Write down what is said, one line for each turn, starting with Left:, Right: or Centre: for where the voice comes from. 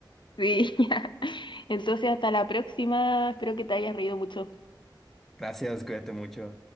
Left: Sí, <laughs> ya. Entonces hasta la próxima. Espero que te hayas reído mucho.
Centre: Gracias, cuídate mucho.